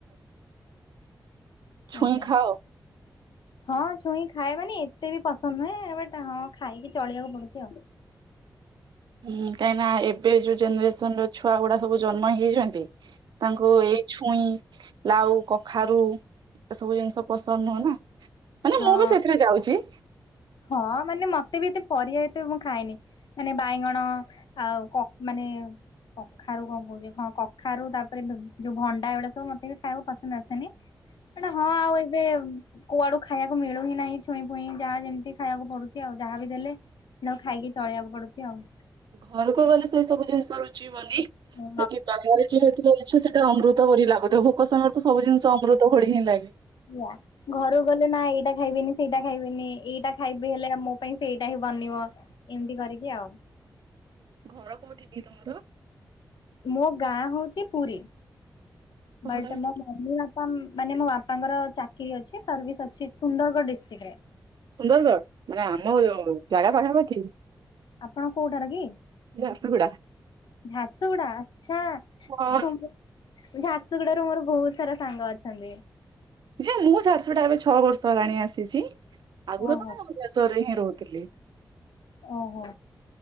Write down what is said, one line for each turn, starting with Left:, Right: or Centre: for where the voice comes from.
Right: ଛୁଇଁ
Left: ଆଜ୍ଞା
Right: ଖାଅ?
Left: ହଁ ଛୁଇଁ ଖାଏ ମାନି ଏତେ ବି ପସନ୍ଦ ନୁହେଁ ହଁ ଖାଇକି ଚଳିବାକୁ ପଡୁଛି ଆଉ।
Right: ହୁଁ କାହିଁକି ନା ଏବେ ଯୋଉ ଜେନେରେସନ ର ଛୁଆ ଗୁଡା ସବୁ ଜନ୍ମ ହେଇଛନ୍ତି ତାଙ୍କୁ ଏଇ ଛୁଇଁ ଲାଉ କଖାରୁ ଏସବୁ ଜିନିଷ ପସନ୍ଦ ନୁହ ନା। ମାନେ
Left: ହଁ
Right: ମୁଁ ବି ସେଥିରେ ଯାଉଛି।
Left: ହଁ ମାନେ ମତେ ବି ଏତେ ପରିବା ଏତେ ମୁଁ ଖାଏନି ମାନେ ବାଇଗଣ ଆଉ ମାନେ <unintelligible> କଖାରୁ କଣ କହୁଛି ହଁ କଖାରୁ ତାପରେ ଯୋଉ ଭଣ୍ଡା ଏଗୁଡା ସବୁ ମତେ ବି ଖାଇବାକୁ ପସନ୍ଦ ଆସେନି। ମାନେ ହଁ ଆଉ ଏବେ କୁଆଡୁ ଖାଇବାକୁ ମିଳୁ ହି ନାହିଁ ଛୁଇଁ ପୁଇଁ ଯାହା ଯେମିତି ଖାଇବାକୁ ପଡୁଛି ଆଉ ଯାହା ବି ଦେଲେକୁ ଖାଇକି ଚଳେଇବାକୁ ପଡୁଛି ଆଉ।
Right: ଘରକୁ ଗଲେ ସେ ସବୁ ଜିନିଷ ରୁଚେଇିବନି।
Left: ହଁ
Right: ବା କି ବାଘରେ ଯେହେତୁ ରାହିଅଛ ସେଟାମୃତ ଭଳି ଲାଗୁ ଥିବ ଭୋକ ସମୟରେ ତ ସବୁ ଜିନିଷ ଅମୃତ ଭଳି ହିଁ ଲାଗେ।
Left: ଆଆ ଘରୁ ଗଲେ ନାଇଁ ଖାଇବେନି ସେଇଟା ଖାଇବେନି ଏଇଟା ଖାଇବି ହେଲେ ମୋ ପାଇଁ ସେଇଟା ହିଁ ବନିବ ଏମିତି କରିକି ଆଉ।
Right: ଘଡ କୋଉଠିକ କି ତୁମର?
Left: ମୋ ଗାଁ ହଉଛି ପୁରୀ
Right: ଓହୋ
Left: ବଟ
Right: ତମେ
Left: ମୋ ମମି ବାପା ମାନେ ମୋ ବାପାଙ୍କର ଚାକିରୀ ଅଛି ସର୍ଭିସ୍ ଅଛି ସୁନ୍ଦରଗଡ଼ ଡିଷ୍ଟ୍ରିକ୍ଟ ରେ।
Right: ସୁନ୍ଦରଗଡ଼ ମାନେ ଆମ ଜାଗା ପାଖାପାଖି।
Left: ଆପଣ କୋଉଠାରୁ କି?
Right: ଝାରସୁଗୁଡା
Left: ଝାରସୁଗୁଡା ଆଚଛା
Right: ହଁ
Left: ଝାରସୁଗୁଡା ର ମୋର ବହୁତ ସାରା ସାଙ୍ଗ ଅଛନ୍ତି।
Right: ଜେ ମୁଁ ଝାରସୁଗୁଡ଼ା ଏବେ ଛଅ ବର୍ଷ ହେଲାଣି ଆସିଛି ଆଗରୁ
Left: ଓହୋ
Right: ତମ ଭୁବନେଶ୍ଵର ରେ ହିଁ ନି ରହୁଥିଲି।
Left: ଓହୋ।